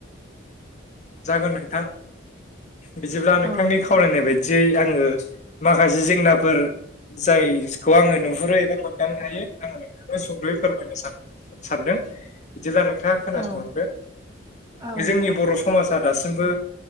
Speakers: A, on the left (about 35°); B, on the right (about 20°).
A: जागोन नोंथां बिदिब्ला नोंथांनि
B: औ नोंथां
A: खावलायनाय बायदियै आङो माखासे जेंनाफोर जायखौ आङो नुहुरो एबा मोनदांनो हायो आङो नोंथांनो सुंद'यै फोरमायनो सान सानदों। बिदिब्ला नोंथाङा खोनासंलांदो
B: औ औ
A: जोंनि
B: नोंथां
A: बर' स माजा दासिमबो